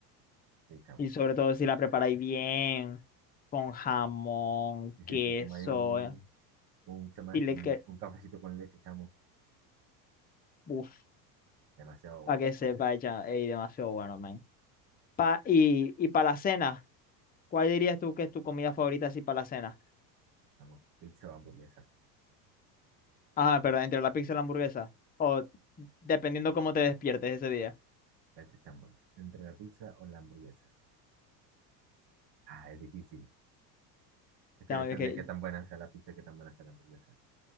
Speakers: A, on the right; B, on the left.
A: Sí, chamo.
B: Y sobre todo si la preparáis bien, con jamón,
A: Y si
B: queso,
A: te tomas un,
B: eh,
A: un, ¿qué se llama
B: dile
A: esto? Un,
B: que,
A: un cafecito con leche, chamo,
B: uff,
A: demasiado bueno.
B: para que sepa, ella, ey, demasiado bueno, man. Pa- y y para la cena, ¿cuál dirías tú que es tu comida favorita así para la cena?
A: Chamo, pizza o hamburguesa.
B: Ah, pero entre la pizza y la hamburguesa, o dependiendo cómo te despiertes ese día.
A: Vete, chamo. Entre la pizza o la hamburguesa. Ah, es difícil. Es que
B: Ya,
A: depende
B: es que-
A: de qué tan buena sea la pizza y qué tan buena sea la hamburguesa.